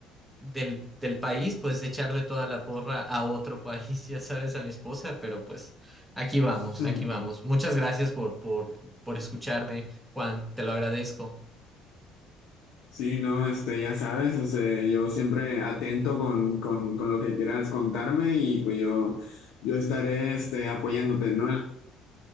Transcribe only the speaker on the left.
<laughs>
Sí, no, este, ya sabes, o sea, yo siempre atento con, con, con lo que quieras contarme y pues yo, yo estaré, este, apoyándote, ¿no?